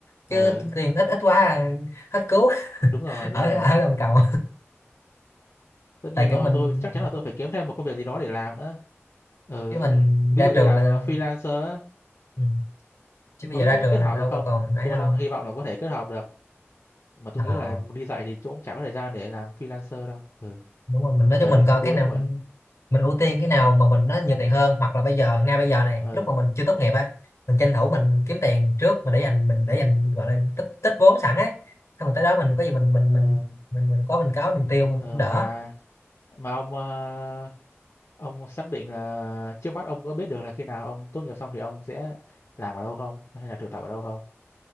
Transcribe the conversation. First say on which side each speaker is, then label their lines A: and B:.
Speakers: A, on the left; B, on the left.
A: chứ
B: ừ
A: tiền ít ít quá à, hết cứu
B: đúng rồi
A: <laughs>
B: đúng
A: ở
B: rồi
A: ở gầm cầu
B: tất nhiên
A: tại
B: rồi
A: kiểu mình
B: tôi chắc chắn là tôi phải kiếm thêm một công việc gì đó để làm nữa ừ
A: chứ mình
B: ví
A: ra
B: dụ
A: trường
B: như làm
A: là
B: ờ,
A: đâu
B: freelancer á,
A: ừ. chứ bây
B: không
A: giờ
B: biết
A: ra
B: có
A: trường
B: kết
A: là
B: hợp
A: đâu
B: được
A: có
B: không
A: còn ấy
B: tôi
A: đâu
B: đang hy vọng là có thể kết hợp được mà tôi
A: Ờ.
B: nghĩ là đi dạy thì chỗ cũng chả có thời gian để làm freelancer đâu ừ
A: đúng rồi mình nói
B: về
A: cho mình
B: chắc
A: coi
B: đuối
A: cái nào
B: lắm rồi
A: mình ưu tiên cái nào mà mình nó nhiều tiền hơn hoặc là bây giờ ngay bây giờ này
B: ừ
A: lúc mà mình chưa tốt nghiệp á mình tranh thủ mình kiếm tiền trước mình để dành mình để dành gọi là tích tích vốn sẵn ấy xong rồi tới đó mình có gì mình mình
B: ờ
A: mình mình mình có mình có mình tiêu mình
B: ờ,
A: cũng đỡ
B: mà mà ông ờ, ông xác định là trước mắt ông có biết được là khi nào ông tốt nghiệp xong thì ông sẽ làm ở đâu không hay là thực tập ở đâu không